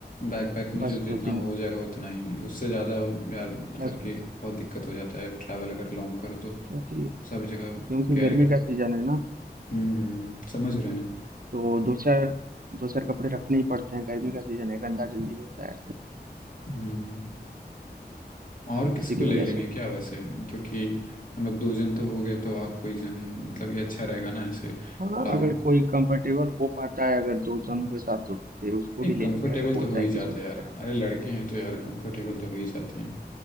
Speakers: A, on the left; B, on the right.
A: बैकपैक में
B: बस
A: जो जितना
B: दो तीन
A: हो जाएगा उतना ही उससे ज़्यादा यार मतलब
B: बस
A: कि
B: बस
A: बहुत दिक्कत हो जाता है ट्रैवल अगर लॉन्ग करो तो
B: क्योंकि
A: सब जगह
B: क्योंकि
A: कैरी
B: गर्मी
A: कर
B: का सीजन है ना
A: हम्म हम्म समझ रहे हैं
B: तो दो चार दो चार कपड़े रखने ही पड़ते हैं गर्मी का सीजन है गंदा जल्दी होता है
A: हम्म और
B: इसी
A: किसी
B: की
A: को ले
B: वजह
A: लेंगे
B: से
A: क्या वैसे क्योंकि हम लोग दो जन तो हो गए तो और कोई जन मतलब ये अच्छा रहेगा ना ऐसे
B: हाँ
A: लॉन्ग
B: अगर कोई कंफर्टेबल हो पाता है अगर दो
A: नहीं
B: जनों के साथ तो फिर उसको भी ले
A: कंफर्टेबल
B: लेंगे अगर बोलता
A: तो हो ही
B: है
A: जाते
B: कि चलना
A: हैं यार
B: चाहता
A: अरे
B: है
A: लड़के
B: तो फिर।
A: हैं तो यार कंफर्टेबल तो हो ही जाते हैं